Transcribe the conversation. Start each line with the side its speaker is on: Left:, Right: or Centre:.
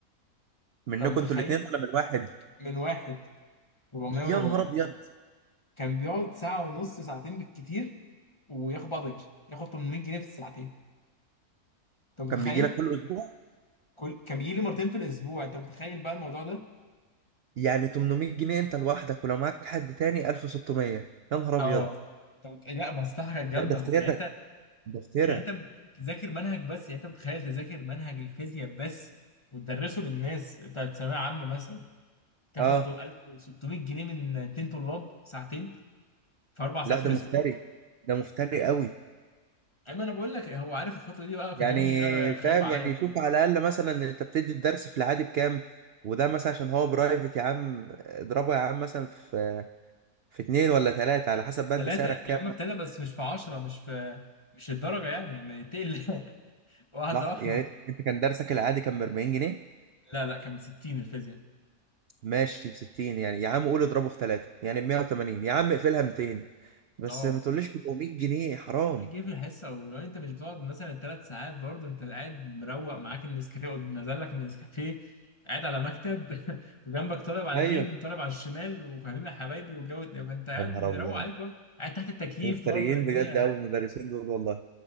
Right: منكم
Left: انت متخيل
Right: انتوا الاثنين ولا من واحد
Left: من واحد 400
Right: يا نهار ابيض
Left: و400 كان بيقعد ساعه ونص ساعتين بالكتير وياخد بعضه يمشي ياخد 800 جنيه في الساعتين انت متخيل
Right: كان بيجي لك كل اسبوع
Left: كل كان بيجي لي مرتين في الاسبوع انت متخيل بقى الموضوع ده
Right: يعني 800 جنيه انت لوحدك ولو معاك حد تاني 1600 يا نهار ابيض
Left: اه طب لا مصلحة كانت جامدة
Right: لا ده افتراء
Left: خب- يعني انت
Right: ده افتراء
Left: يعني انت بتذاكر منهج بس يعني انت متخيل تذاكر منهج الفيزياء بس وتدرسه للناس بتاعت ثانويه عامه مثلا تاخد
Right: اه
Left: 1600 جنيه من اتنين طلاب ساعتين في اربع ساعات
Right: لا ده
Left: في الاسبوع
Right: مفتري ده مفتري قوي
Left: اما انا بقول لك هو عارف الفتره دي بقى كانت
Right: يعني
Left: امي بقى خايفه
Right: فاهم
Left: عليا
Right: يعني
Left: وكده
Right: شوف على الاقل مثلا انت بتدي الدرس في العادي بكام وده مثلا عشان هو برايفت يا عم اضربه يا عم مثلا في في اتنين ولا تلاتة على حسب بقى
Left: ثلاثه
Right: انت سعرك كام
Left: يا عم ابتدى بس مش في 10 مش في مش الدرجه يعني ما تقل <laughs> واحده
Right: لا
Left: واحده
Right: يعني انت كان درسك العادي كان ب 40 جنيه
Left: لا لا كان ب 60 الفيزياء
Right: ماشي ب 60 يعني يا عم قول اضربه في تلاتة يعني ب 180 يا عم اقفلها 200 بس
Left: اه
Right: ما تقوليش 400 جنيه حرام
Left: ويجي في الحصه ولو انت مش بتقعد مثلا ثلاث ساعات برضه انت قاعد مروق معاك النسكافيه نزل لك النسكافيه قاعد على مكتب <laughs> وجنبك طالب على
Right: ايوه
Left: اليمين طالب على الشمال وفاهمين يا حبايبي والجو ده، فانت قاعد
Right: يا نهار
Left: مروق
Right: ابيض
Left: عليك برضه قاعد تحت التكييف
Right: مفتريين
Left: برضه يا الدنيا
Right: بجد قوي المدرسين دول والله